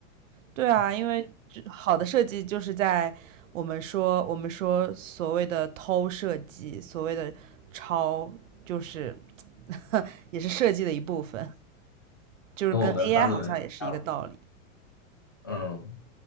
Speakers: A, on the right; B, on the left.
A: 对啊，因为这好的设计就是在我们说我们说所谓的偷设计，所谓的抄，就是 <laughs> 也是设计的一部分，就是跟
B: 跟我们发论文是一样的。
A: AI 好像也是一个道理。
B: 嗯，